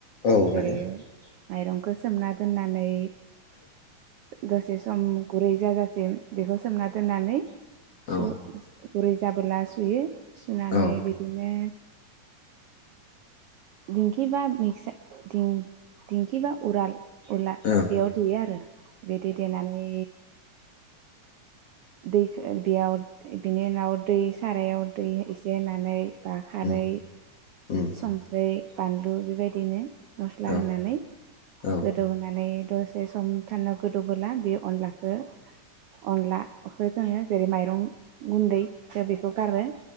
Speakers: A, on the left; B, on the right.
A: औ हायो
B: जेरै माइरंखौ सोमना दोननानै दसे सम गुरै जाजा सिम बेखौ सोमना दोननानै सु
A: औ
B: गुरै जाबोला सुयो। सुनानै
A: औ ओं
B: बिदिनो दिंखि बा मिकसा दिं-दिंखि बा उराल उला
A: औ
B: बेयाव देयो आरो बिदि देनानै दैखौ बेयाव बिनि उनाव दै सारायाव दै एसे होनानै बा खारै
A: उम उम
B: संख्रि बानलु बेबायदिनो मस्ला
A: औ
B: होनानै
A: औ
B: गोदौ होनानै दसे सम <unintelligible> गोदौबोला बे अनलाखौ अनलाखौ जोङो जेरै माइरं गुन्दैखौ बेखौ गारो